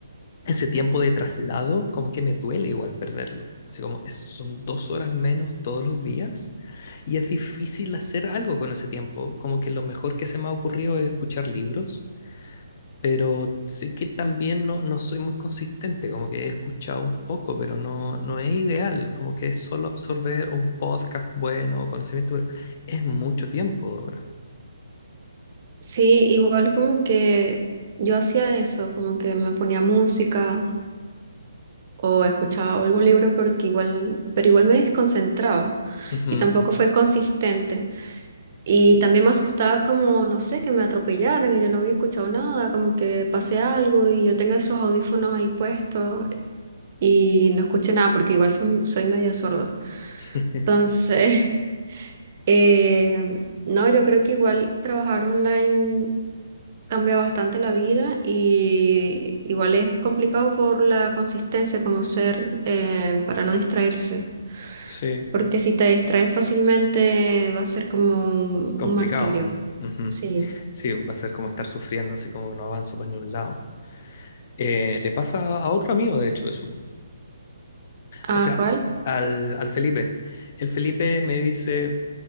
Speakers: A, on the left; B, on the right.
A: Ese tiempo de traslado, como que me duele igual perderlo. Así como es- son dos horas menos todos los días y es difícil hacer algo con ese tiempo. Como que lo mejor que se me ha ocurrido es escuchar libros pero sé que también no, no soy muy consistente, como que he escuchado un poco, pero no, no es ideal, como que es solo absorber un podcast bueno o conocimiento, pero es mucho tiempo, Dora.
B: Sí, igual como que yo hacía eso, como que me ponía música o escuchaba algún libro porque igual, pero igual me desconcentraba
A: Ujú.
B: y tampoco fue consistente. Y también me asustaba como, no sé, que me atropellaran y yo no había escuchado nada, como que pase algo y yo tenga esos audífonos ahí puestos. y no escuché nada porque igual son- soy media sorda.
A: <laughs>
B: Entonces, <laughs> eh, no, yo creo que igual trabajar online cambia bastante la vida y igual es complicado por la consistencia, como ser eh, para no distraerse.
A: Sí,
B: Porque si te distraes fácilmente va a ser como un,
A: complicado.
B: un martirio.
A: Ujú.
B: Sí.
A: Sí, va a ser como estar sufriendo, así como no avanzo para ningún lado. Eh, le pasa a otro amigo, de hecho, eso.
B: ¿A
A: O sea,
B: cuál?
A: al, al Felipe. El Felipe me dice,